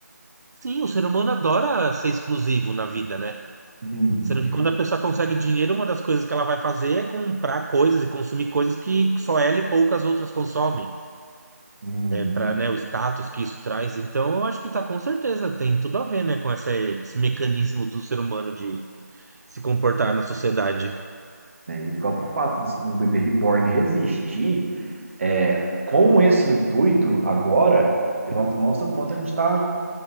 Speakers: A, on the right; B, on the right.
A: Sim, o ser humano adora ser exclusivo na vida, né?
B: Uhum,
A: Sendo que quando a pessoa consegue dinheiro, uma das coisas que ela vai fazer é comprar coisas e consumir coisas que só ela e poucas outras consomem.
B: uhum.
A: para, né, o status que isso traz. Então, eu acho que tá com certeza, tem tudo a ver, né, com essa- esse mecanismo do ser humano de se comportar na sociedade.
B: É, E o próprio fato desse- do bebê reborn existir, é, com esse intuito agora, já mostra o quanto a gente está